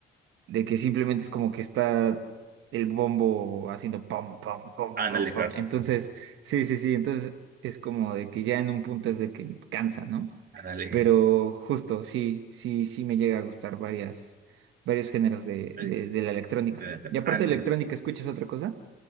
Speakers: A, on the right (about 85°); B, on the right (about 50°).
A: de que simplemente es como que está el bombo haciendo pom, pom, pom,
B: Ándale,
A: pom,
B: Hearthstone,
A: pom. Entonces, sí, sí, sí, entonces es como de que ya en un punto es de que cansa, ¿no?
B: ándale.
A: Pero justo, sí, sí, sí me llega a gustar varias, varios géneros de,
B: Eh,
A: de, de la electrónica.
B: Pero, pero,
A: Y aparte
B: and-
A: de electrónica, ¿escuchas otra cosa?